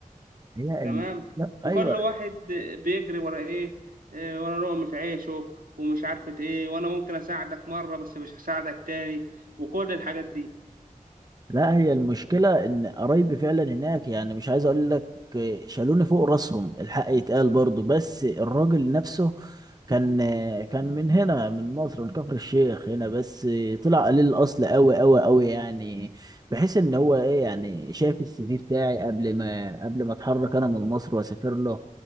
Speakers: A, on the right; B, on the right.
A: هي
B: تمام
A: الم... لا ايوه
B: وكل واحد بيجري ورا إيه آه، ورا لقمة عيشه ومش عارفة إيه وأنا ممكن أساعدك مرة بس مش هساعدك تاني وكل الحاجات دي
A: لا هي المشكلة إن قرايبي فعلا هناك يعني مش عايز أقول لك شالوني فوق راسهم الحق يتقال برضو بس الراجل نفسه كان كان من هنا من مصر من كفر الشيخ هنا بس طلع قليل الأصل أوي أوي أوي يعني بحيث إن هو إيه يعني شاف السي في بتاعي قبل ما قبل ما أتحرك أنا من مصر وأسافر له